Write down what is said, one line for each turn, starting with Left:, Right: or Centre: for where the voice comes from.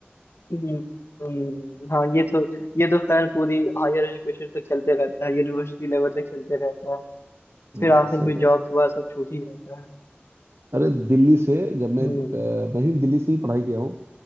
Left: हम्म, हाँ ये तो ये तो खैर पूरी हायर एजुकेशन तक चलते रहता है यूनिवर्सिटी लेवल तक चलते रहता है
Right: हाँ
Left: फिर आखिर
Right: सही
Left: में
Right: बात
Left: जॉब के बाद सब छूट ही जाता है
Right: अरे दिल्ली से जब
Left: हम्म
Right: मैं अ, मैं ही दिल्ली से ही पढ़ाई किया हूँ